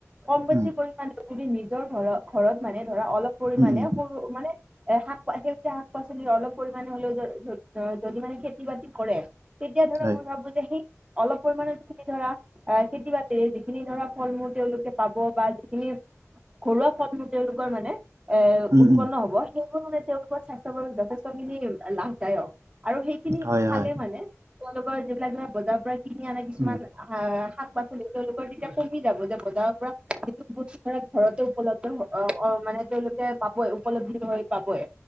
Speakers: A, on the right; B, on the right.
A: কম বেছি
B: উম
A: পৰিমাণে। যদি নিজৰ ঘৰত ঘৰত মানে ধৰা অলপ পৰিমানে
B: উম উম
A: সৰু মানে এ শাক সেউজীয়া শাক পাচলিৰ অলপ পৰিমাণে হলেও অ যদি মানে খেতি বাতি কৰে। তেতিয়া ধৰা
B: হয়
A: মই ভাবো যে সেই অলপ পৰিমাণে ধৰা অঁ খেতি বাতিৰে যিখিনি ধৰা ফল মূল তেওঁলোকে পাব বা যিখিনি ঘৰুৱা ফল মূল তেওঁলোকৰ মানে এ
B: উম
A: উৎপন্ন
B: উম
A: হ'ব, সেইবোৰ মানে তেওঁলোকৰ স্বাস্থ্যৰ বাবে যথেষ্টখিনি লাভ দায়ক, আৰু সেইখিনি
B: হয়
A: খালে
B: হয়
A: মানে তেওঁলোকৰ যিবিলাক ধৰা বজাৰৰ পৰা কিনি আনে কিছুমান
B: উম।
A: শা শাক-পাচলি তেওঁলোকৰ তেতিয়া কমি যাব, তেতিয়া বজাৰৰ পৰা বস্তুটো ধৰা ঘৰতে উপলব্ধ হব অঁ অঁ মানে তেওঁলোকে পাবই উপলব্ধি হৈ পাবই।